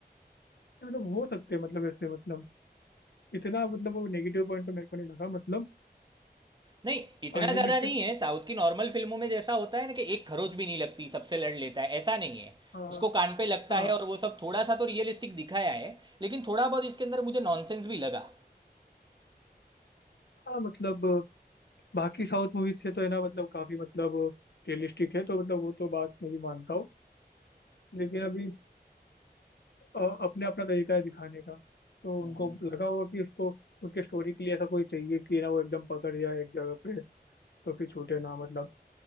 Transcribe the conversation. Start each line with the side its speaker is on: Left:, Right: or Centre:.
Left: ये मतलब हो सकते हैं मतलब ऐसे मतलब इतना मतलब वो नेगेटिव पॉइंट तो मेरे को नहीं लगा मतलब
Right: नहीं इतना
Left: अनरियलिस्टिक
Right: ज़्यादा नहीं है साउथ की नॉर्मल फिल्मों में जैसा होता है ना कि एक खरोच भी नहीं लगती सबसे लड़ लेता है ऐसा नहीं है
Left: हाँ
Right: उसको
Left: हाँ
Right: कान पे लगता
Left: हाँ
Right: है और वो सब थोड़ा सा तो रियलिस्टिक दिखाया है लेकिन थोड़ा बहुत इसके अंदर मुझे नॉनसेंस भी लगा
Left: हाँ, मतलब बाकी साउथ मूवीज से तो है ना मतलब काफी मतलब रियलिस्टिक है तो मतलब वो तो बात मैं भी मानता हूँ लेकिन अभी अ, अपने अपना तरीका है दिखाने का तो
Right: हम्म,
Left: उनको लगा होगा कि उसको उनके स्टोरी के लिए ऐसा कोई चाहिए कि ना वो एकदम पकड़ जाए एक जगह पे तो फिर छूटे ना मतलब